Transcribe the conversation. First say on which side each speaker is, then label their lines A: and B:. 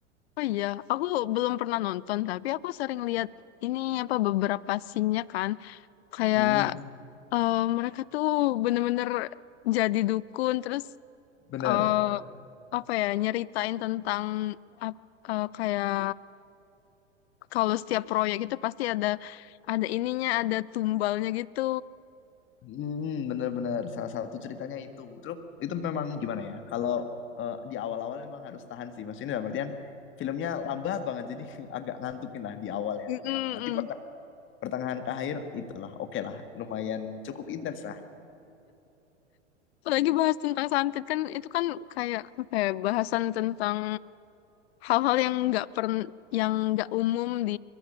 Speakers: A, on the left; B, on the left.
A: Oh iya, aku belum pernah nonton, tapi aku sering lihat ini apa beberapa scene-nya kan. Kayak
B: Hmm,
A: eh, mereka tuh bener-bener jadi dukun, terus
B: bener.
A: eh, apa ya, nyeritain tentang ap- eh, kayak kalau setiap proyek itu pasti ada ada ininya, ada tumbalnya gitu.
B: Hmm, bener-bener. Salah satu ceritanya itu. Terus itu memang gimana ya? Kalau eh, di awal-awal memang harus tahan sih. Maksudnya dalam artian filmnya lambat banget. Jadi <laughs> agak ngantukin lah di awal ya.
A: Mm-mm,
B: Di awal. Nanti
A: mm.
B: perteng- pertengahan ke akhir itulah. Oke lah. Lumayan cukup intens lah.
A: Apalagi bahas tentang santet kan itu kan kayak apa ya bahasan tentang hal-hal yang nggak pern yang nggak umum di